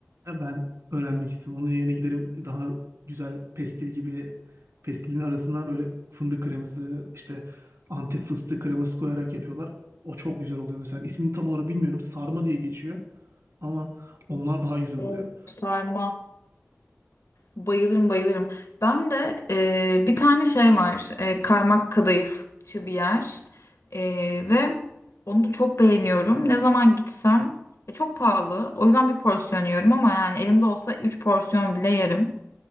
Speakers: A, on the right; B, on the left.
A: Ya Ben öğrenmek istedim. Onun yerine giderim daha güzel pestil gibi pestilin arasına böyle fındık kreması işte antif fıstık kreması koyarak yapıyorlar. O çok güzel oluyor mesela. İsmini tam olarak bilmiyorum. Sarma diye geçiyor ama onlar daha güzel oluyor.
B: Hmm. sarma Bayılırım bayılırım. Ben de e, bir tane şey var. E, kaymak kadayıfçı bir yer. E, ve onu çok beğeniyorum. Ne zaman gitsem e, çok pahalı. O yüzden bir porsiyon yiyorum ama yani elimde olsa 3 porsiyon bile yerim.